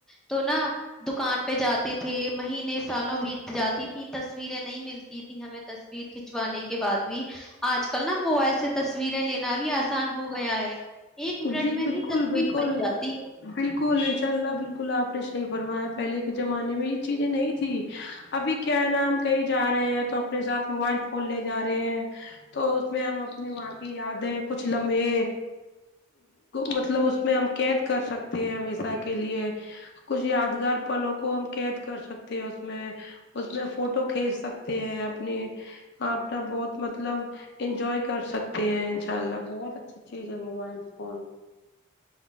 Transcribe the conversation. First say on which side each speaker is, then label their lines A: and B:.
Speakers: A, in the centre; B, on the left.
A: تو نا دکان پے جاتے تھے مہینے سالوں بیت جاتی تھی تصویریں نہیں مل تی تھی ہمیں تصویر کھنچوانے کے بعد بھی آج کل نا موبائل سے تصویریں لینا بھی آسان ہو گیا ہے ایک
B: جی
A: منٹ میں
B: بالکل
A: ہی تصویر
B: بالکل
A: بن جاتی ہے
B: بالکل انشاء اللہ بالکل آپ نے صحیح فرمایا پہلے کے زمانے میں یے چیزیں نہیں تھی ابھی کیا ہے نا ہم کہیں جا رہے ہیں تو اپنے ساتھ موبائل فون لے جا رہے ہیں تو اس میں ہم اپنی ماں کی یادیں کچھ لمحے مطلب اس میں ہم قید کر سکتے ہیں ہمیشہ کے لیے کچھ یادگار پلوں کو ہم قید کر سکتے ہیں اس میں اس میں فوٹو کھینچ سکتے ہیں اپنی اپنا بہت مطلب انجوائ کر سکتے ہیں ان شاء اللہ بہت اچھی چیز ہے موبائل فون